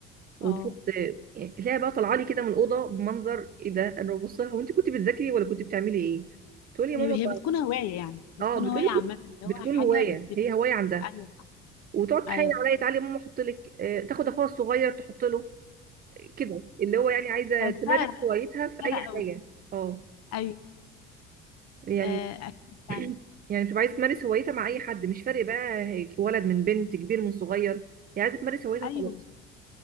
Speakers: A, on the right (about 25°); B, on the left (about 50°).
A: وتحط
B: اه
A: آه، يعني تلاقيها بقى طالعه لي كده من الاوضه بمنظر ايه ده انا ببص لها وانت كنت بتذاكري ولا كنت بتعملي ايه تقولي يا
B: هي
A: ماما
B: هي بتكون هوايه يعني بتكون
A: اه بتقول
B: هوايه عامه اللي
A: بتكون
B: هو حاجه
A: هوايه
B: بتبقى
A: هي هوايه عندها
B: ايوه صح
A: وتقعد تحايل
B: ايوه
A: عليا تعالي يا ماما احط لك آه، تاخد اخوها الصغير تحط له كده اللي هو يعني عايزه
B: بحسها
A: تمارس هوايتها في
B: انا
A: اي
B: قوي
A: حاجه اه
B: ايوه
A: يعني
B: آه اكيد
A: <clears throat>
B: يعني
A: يعني بتبقى عايزه تمارس هوايتها مع اي حد مش فارق بقى هي- ولد من بنت كبير من صغير هي عايزه تمارس هوايتها
B: ايوه
A: وخلاص